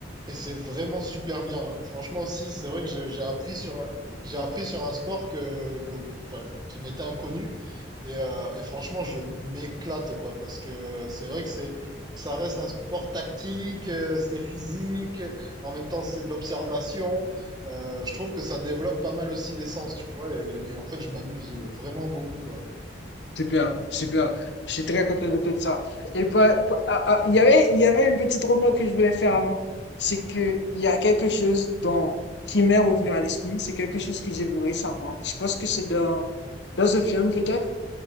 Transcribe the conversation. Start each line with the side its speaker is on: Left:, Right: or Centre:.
Right: et c'est vraiment super bien. hein. Franchement aussi, c'est vrai que j'ai j'ai appris sur un, j'ai appris sur un sport que, que, pas- qui m'était inconnu. Et, euh, et franchement, je m'éclate, quoi, parce que c'est vrai que c'est, ça reste un sport tactique, euh, c'est physique, en même temps, c'est de l'observation. Euh, je trouve que ça développe pas mal aussi des sens, tu vois, et, et en fait, je m'amuse vraiment beaucoup, quoi.
Left: Super, super. Je suis très content de tout ça. Et pas, pas- ah, ah, il y avait, il y avait une petite remarque que je voulais faire avant. C'est que il y a quelque chose dans, qui m'est revenu à l'esprit. C'est quelque chose que j'ai vu récemment. Je pense que c'est dans, dans un film peut-être,